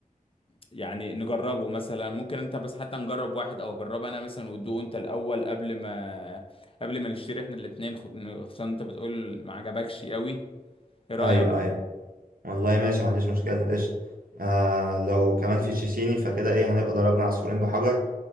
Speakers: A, on the left; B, on the right.
A: يعني نجربه مثلا ممكن انت بس حتى نجرب واحد او اجرب انا مثلا وتدوق انت الاول قبل ما قبل ما نشتري احنا الاتنين خ- خصوصا انت بتقول ما عجبكش قوي ايه رأيك
B: ايوه ايوه والله ماشي ما عنديش مشكله قشطه آه لو كمان في تشيشيني فكده ايه هنبقى ضربنا عصفورين بحجر